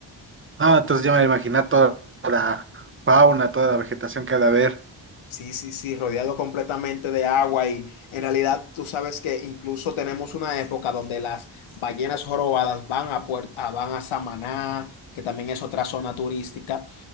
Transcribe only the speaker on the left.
Sí, sí, sí, rodeado completamente de agua y en realidad tú sabes que incluso tenemos una época donde las ballenas jorobadas van a, Puer- a- van a Samaná, que también es otra zona turística,